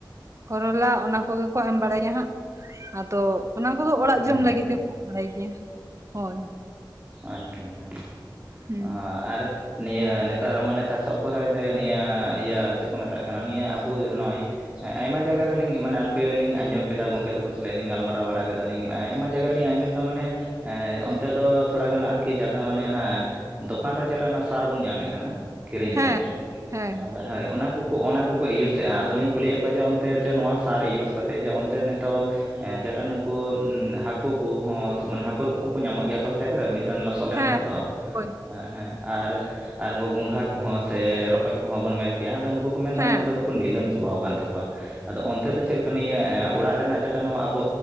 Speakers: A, on the right; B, on the right.
A: ᱠᱚᱨᱚᱞᱟ ᱚᱱᱟ ᱠᱚ ᱜᱮ ᱠᱚ ᱮᱢ ᱵᱟᱲᱟᱭᱟ ᱦᱟᱸᱜ ᱟᱫᱚ ᱚᱱᱟ ᱠᱚ ᱫᱚ ᱚᱲᱟᱜ
B: ᱦᱳᱭ
A: ᱡᱚᱢ
B: ᱦᱳᱭ
A: ᱞᱟᱹᱜᱤᱫ ᱞᱮ <inaudible> ᱵᱟᱲᱟᱭ ᱜᱮᱭᱟ ᱦᱳᱭ᱾
B: ᱟᱪᱪᱷᱟ ᱟᱪᱪᱷᱟ
A: ᱦᱩᱸ
B: ᱟᱺ ᱟᱨ ᱱᱤᱭᱟᱹ ᱱᱮᱛᱟᱨ ᱢᱟᱱᱮ ᱪᱟᱥᱚᱜ ᱠᱚᱨᱮ ᱜᱮ ᱱᱤᱭᱟᱹ ᱤᱭᱟᱹ ᱪᱮᱫ ᱠᱚ ᱢᱮᱛᱟᱜ ᱠᱟᱱᱟ ᱱᱤᱭᱟᱹ ᱟᱵᱩ ᱱᱚᱜᱼᱚᱭ ᱮᱸᱜ ᱟᱭᱢᱟ ᱡᱟᱭᱜᱟ ᱨᱮᱞᱤᱧ ᱢᱟᱱᱮ ᱟᱨᱠᱤ ᱞᱤᱧ ᱟᱸᱡᱚᱢ ᱠᱮᱫᱟ ᱜᱚᱝᱠᱮ ᱛᱟᱠᱚ ᱥᱟᱞᱟᱜ ᱞᱤᱧ ᱜᱟᱞᱢᱟᱨᱟᱣ ᱵᱟᱲᱟ ᱠᱮᱫᱟ ᱞᱤᱧ ᱮᱸᱜ ᱟᱭᱢᱟ ᱡᱟᱭᱜᱟ ᱨᱮ ᱞᱤᱧ ᱟᱸᱡᱚᱢ ᱮᱫᱟ ᱢᱟᱱᱮ ᱮᱸᱻ ᱚᱱᱛᱮ ᱫᱚ ᱛᱷᱚᱲᱟ ᱜᱟᱱ ᱟᱨᱠᱤ ᱡᱟᱫᱟ ᱢᱟᱱᱮ ᱚᱱᱟ ᱫᱚᱠᱟᱱ ᱨᱮ ᱡᱮᱴᱟ ᱚᱱᱟ ᱥᱟᱨ ᱵᱚᱱ ᱧᱟᱢᱮᱜ ᱠᱟᱱᱟ ᱠᱤᱨᱤᱧ
A: ᱦᱮᱸ
B: ᱛᱮ,
A: ᱦᱮᱸ
B: ᱟᱫᱚ ᱦᱳᱭ ᱚᱱᱟ ᱠᱚ ᱚᱱᱟ ᱠᱚᱠᱚ ᱤᱭᱩᱥᱮᱜᱼᱟ ᱟᱫᱚ ᱞᱤᱧ ᱠᱩᱞᱤᱭᱮᱜ ᱠᱚᱣᱟ ᱡᱮ ᱚᱱᱛᱮ ᱡᱮ ᱱᱚᱣᱟ ᱥᱟᱨ ᱤᱭᱩᱥ ᱠᱟᱛᱮᱫ ᱡᱮ ᱚᱱᱛᱮ ᱱᱮᱛᱳᱝ ᱮᱸ ᱡᱮᱴᱟ ᱱᱩᱠᱩ ᱩᱸ ᱦᱟᱹᱠᱳ ᱠᱚᱦᱚᱸ ᱢᱟᱱᱮ ᱦᱟᱹᱠᱳ ᱨᱮ ᱯᱷᱩᱸᱜ ᱠᱚ ᱧᱟᱢᱚᱜ ᱜᱮᱭᱟ ᱛᱚ, ᱠᱷᱮᱛ ᱨᱮ ᱢᱤᱫᱫᱟᱱ ᱞᱚᱥᱚᱫ ᱞᱮᱱ
A: ᱦᱮᱸ
B: ᱠᱷᱟᱡ ᱫᱚ
A: ᱦᱳᱭ
B: ᱮᱸ ᱦᱮᱸ ᱟᱨ ᱟᱨ ᱩᱱᱠᱩ ᱜᱚᱸᱜᱷᱟ ᱠᱚᱦᱚᱸ ᱥᱮ ᱨᱚᱠᱚᱡ ᱠᱚᱦᱚᱸ ᱵᱚᱱ ᱢᱮᱱ ᱠᱮᱭᱟ, ᱟᱫᱚ ᱱᱩᱠᱩ ᱠᱚ ᱢᱮᱱ
A: ᱦᱮᱸ
B: ᱫᱟ ᱱᱚᱱᱛᱮ ᱫᱚ ᱠᱚ ᱱᱤᱞᱟᱹᱢ ᱪᱟᱵᱟᱟᱣ ᱠᱟᱱ ᱛᱟᱠᱚᱣᱟ᱾ ᱟᱫᱚ ᱚᱱᱛᱮ ᱫᱚ ᱪᱮᱫ ᱞᱮᱠᱟ ᱱᱤᱭᱟᱹ ᱚᱲᱟᱜ ᱨᱮᱱᱟᱜ ᱡᱮᱴᱟ ᱱᱚᱣᱟ ᱟᱵᱚ